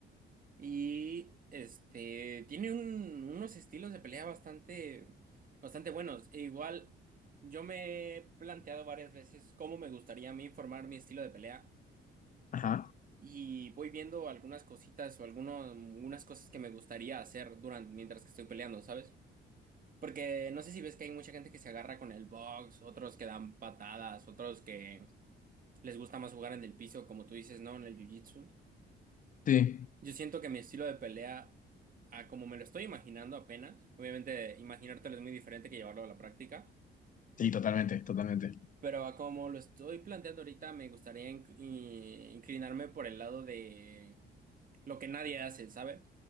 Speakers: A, on the right; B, on the left.
A: Y este, tiene un- unos estilos de pelea bastante, bastante buenos. E igual, yo me he planteado varias veces cómo me gustaría a mí formar mi estilo de pelea.
B: Ajá.
A: Y voy viendo algunas cositas o algunos, algunas cosas que me gustaría hacer durante, mientras que estoy peleando, ¿sabes? Porque no sé si ves que hay mucha gente que se agarra con el box, otros que dan patadas, otros que les gusta más jugar en el piso, como tú dices, ¿no? En el jiu-jitsu.
B: Sí,
A: Yo siento que mi estilo de pelea, a como me lo estoy imaginando apenas, obviamente imaginártelo es muy diferente que llevarlo a la práctica.
B: sí, totalmente, totalmente.
A: Pero a como lo estoy planteando ahorita, me gustaría inc- i- inclinarme por el lado de lo que nadie hace, ¿sabe?